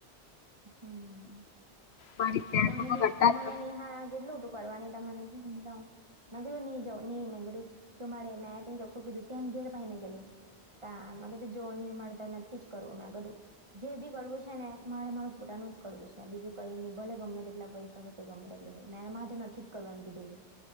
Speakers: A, on the right; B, on the left.
A: હમ.
B: મારી ફ્રેન્ડ
A: મને
B: લોકો
A: બી
B: કરતા
A: મને
B: જ
A: નેહા કેટલું હતું કરવાની ત મને સમજાવ. માગરું નઈ જા નઈ મેર જો માડે મેંને ખૂબીધું તને ગે ભાઈ મે ગેલી. આગ તો જોોની મળતા ન થી જ કરવું મે કરું જે બી કરવું છે ને મારે મારું પોતાનું જ કરવું છે બીજું કઈ નહીં. ભલ ગમે એટલા પૈસાા હોય ગમે એટ મેંમાં તો નથી કરું એમ કેઢોલું.